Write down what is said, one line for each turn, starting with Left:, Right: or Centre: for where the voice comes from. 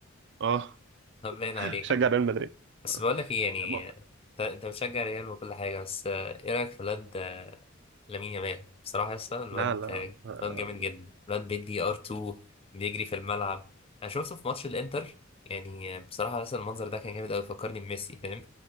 Right: اه
Left: طب باين
Right: <laughs>
Left: عليك
Right: شجع
Left: عم
Right: ريال مدريد
Left: بس بقول لك ايه يعني
Right: ما-
Left: انت انت بتشجع ريال وكل حاجه بس آه، ايه رايك في الواد آه، لامين يامال بصراحه يا اسطى الواد
Right: لا لا
Left: آه،
Right: آه،
Left: الواد جامد جدا الواد بيدي ار 2 بيجري في الملعب انا شفته في ماتش الانتر يعني آه، بصراحه لسه المنظر ده كان جامد قوي فكرني بميسي فاهم